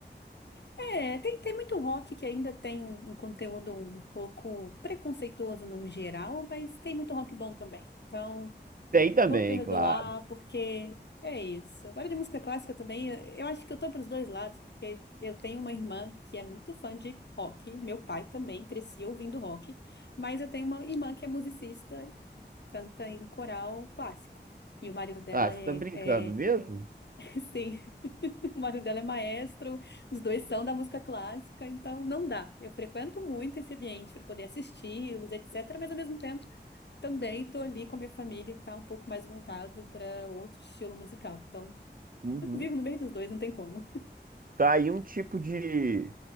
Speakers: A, on the left (about 70°); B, on the right (about 50°).
A: É, tem, tem muito rock que ainda tem um, um conteúdo um pouco preconceituoso no geral, mas tem muito rock bom também. Então.
B: Tem também,
A: Vou perdoar,
B: claro.
A: porque é isso. Agora de música clássica também, eu acho que eu tô pros dois lados, porque eu tenho uma irmã que é muito fã de rock, meu pai também crescia ouvindo rock, mas eu tenho uma irmã que é musicista, canta em coral clássico. E o marido dela
B: Ah, você
A: é,
B: tá brincando
A: é
B: mesmo?
A: <laughs> sim, o marido dela é maestro, os dois são da música clássica, então não dá. Eu frequento muito esse ambiente para poder assisti-los, etc., mas ao mesmo tempo também estou ali com a minha família, que está um pouco mais voltado para outro estilo musical. Então, <laughs>
B: Uhum.
A: eu vivo no meio dos dois, não tem como.
B: Tá aí um tipo de